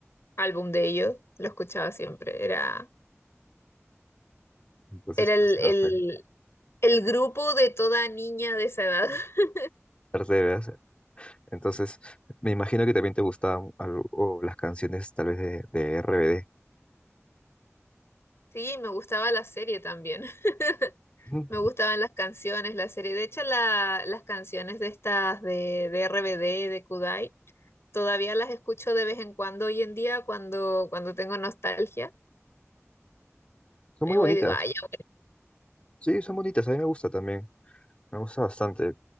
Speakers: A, on the left; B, on the left.
A: álbum de ellos, lo escuchaba siempre. Era,
B: Entonces,
A: era el,
B: o sea,
A: el,
B: fue
A: El grupo de toda niña de esa edad. <laughs>
B: perseveras. entonces, me imagino que también te gustaban algo, las canciones tal vez de, de RBD.
A: Sí, me gustaba la serie también. <laughs>
B: Ujú.
A: Me gustaban las canciones, la serie. De hecho, la- las canciones de estas de, de RBD, de Kudai, todavía las escucho de vez en cuando hoy en día cuando, cuando tengo nostalgia.
B: Son
A: Me
B: muy
A: voy
B: bonitas.
A: y digo, ay, ya,
B: Sí, son bonitas. A mí me gusta también. Me gusta bastante. O